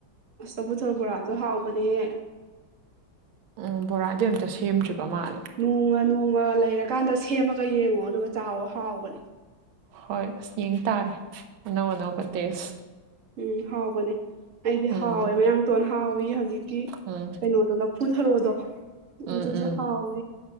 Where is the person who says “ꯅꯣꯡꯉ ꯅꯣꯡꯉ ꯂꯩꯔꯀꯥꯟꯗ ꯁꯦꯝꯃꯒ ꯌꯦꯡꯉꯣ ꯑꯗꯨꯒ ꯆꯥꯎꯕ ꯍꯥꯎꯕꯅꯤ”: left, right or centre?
Right